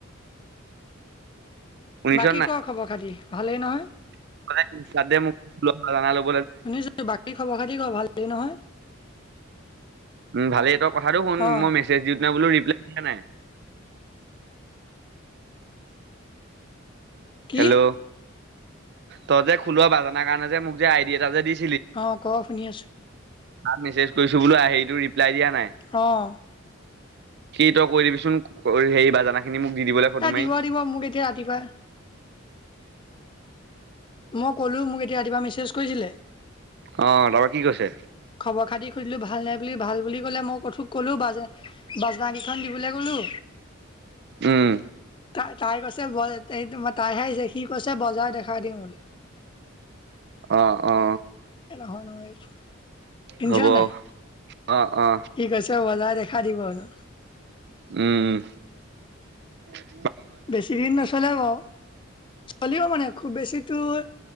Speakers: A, on the right; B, on the left.
A: শুনিছ
B: বাকী ক খবৰ খাতি, ভালেই নহয়?
A: ্য <unintelligible>
B: শুনিছো বাকী খবৰ খাতি ক, ভালেই নহয়?
A: উম, ভালেই তই কথাটো শুন,
B: অ',
A: মই মেছেজ দিওঁতে বোলো ৰিপ্লাই দিয়া নাই।
B: কি?
A: হেল্ল' তই যে খোলৰ বাজানাৰ কাৰণে যে মোক যে আইডিয়া এটা যে দিছিলি
B: অ, ক শুনি আছো।
A: তাত মেছেজ কৰিছো বোলো সেইটো ৰিপলাই দিয়া নাই।
B: অ'
A: সি তই কৈ দিবিচোন, হেৰি বাজানা খিনি। খিনি মোক দি দিব লাগে ফটো
B: এ
A: মাৰি।
B: দিব মোক এতিয়া ৰাতিপুৱা মই ক'লো মোক এতিয়া ৰাতিপুৱা মেছেজ কৰিছিলে।
A: অ' তাৰপৰা কি কৈছে?
B: খবৰ খাতি সুধিলো ভাল নে বুলি? ভাল বুলি কলে, মই ক'লো বাজ বাজনা কেইখন দিবলৈ ক'লো
A: উম
B: তাই তাই কৈছে ব- তাইহে আহিছে, সি কৈছে বজাই দেখাই দিম বুলি।
A: অ- অ,
B: শুনিছনে
A: হ'ব অ
B: নাই?
A: অ
B: সি কৈছে বজাই খাই দিব হেনো।
A: উম, উম
B: বেছিদিন নচলে বাৰু, চলিব মানে খুব বেছি তোৰ